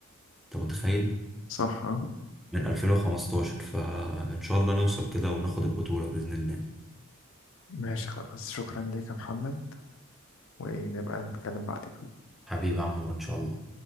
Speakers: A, in the centre; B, on the left.
A: انت متخيل
B: صح آه.
A: من 2015 فان شاء الله نوصل كده وناخد البطوله باذن الله
B: ماشي خلاص شكرا ليك يا محمد ونبقى نتكلم بعدين
A: حبيبي يا عمور ان شاء الله